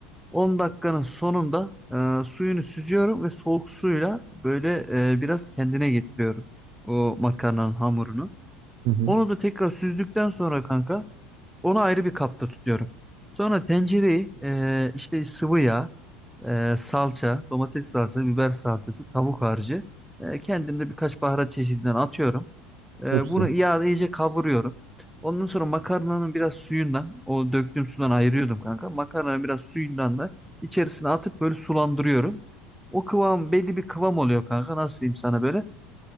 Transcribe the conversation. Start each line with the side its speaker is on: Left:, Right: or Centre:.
Centre: 10 dakikanın sonunda e, suyunu süzüyorum ve soğuk suyla böyle e, biraz kendine getiriyorum o makarnanın hamurunu.
Right: Hı hı.
Centre: Onu da tekrar süzdükten sonra kanka onu ayrı bir kapta tutuyorum. Sonra tencereyi e, işte sıvı yağ, e, salça, domates salçası, biber salçası, tavuk harcı. E, kendim de birkaç baharat çeşidinden atıyorum. E,
Right: Çok güzel.
Centre: bunu yağda iyice kavuruyorum. Ondan sonra makarnanın biraz suyundan, o döktüğüm sudan ayırıyordum kanka. Makarnanın biraz suyundan da içerisine atıp böyle sulandırıyorum. O kıvam belli bir kıvam oluyor kanka. Nasıl diyeyim sana böyle?